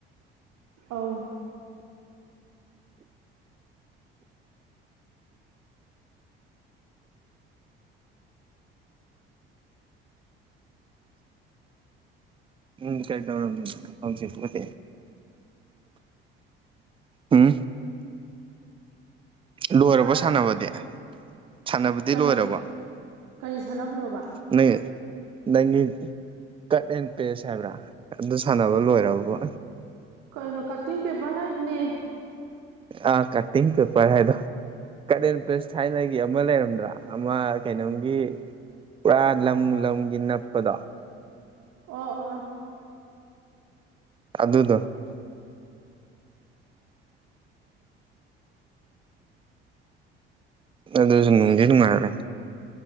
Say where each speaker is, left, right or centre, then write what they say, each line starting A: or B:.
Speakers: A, on the right; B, on the right.
A: ꯑꯥꯎ
B: ꯎꯝ ꯀꯩꯗꯧꯔꯝꯃꯤꯅꫭ ꯍꯧꯖꯤꯛꯄꯨꯗꯤ ꯎꯝ ꯂꯣꯏꯔꯕ
A: ꯍꯥ
B: ꯁꯥꯟꯅꯕꯗꯤ ꯁꯥꯟꯅꯕꯗꯤ
A: ꯀꯔꯤ
B: ꯂꯣꯏꯔꯕ
A: ꯀꯔꯤ ꯁꯥꯟꯅꯕꯅꯣꯕ
B: ꯅ ꯅꯪ ꯀꯠ ꯑꯦꯟ ꯄꯦꯁ ꯍꯥꯏꯕ꯭ꯔꯥ ꯑꯗꯨ ꯁꯥꯟꯅꯕ ꯂꯣꯏꯔꯕꯕꯥ
A: ꯀꯩꯅꯣ ꯀꯠꯇꯤꯡ ꯄꯦꯄꯔ ꯍꯥꯏꯕꯅꯦ
B: ꯑ ꯀꯇꯤꯡ ꯄꯦꯄꯔ ꯍꯥꯏꯗꯣ ꯀꯠ ꯑꯦꯟ ꯄꯦꯁ ꯊꯥꯏꯅꯒꯤ ꯑꯃ ꯂꯩꯔꯝꯗ꯭ꯔꯥ ꯑꯃ ꯀꯩꯅꯣꯝꯒꯤ ꯄꯨꯔꯥ ꯂꯝ ꯂꯝꯒꯤ ꯅꯞꯄꯗꯣ
A: ꯑꯣ ꯑꯣ
B: ꯑꯗꯨꯗꯣ ꯑꯗꯨꯁꯨ ꯅꯨꯡꯗꯤ ꯅꯨꯡꯉꯥꯏꯕꯅꯤ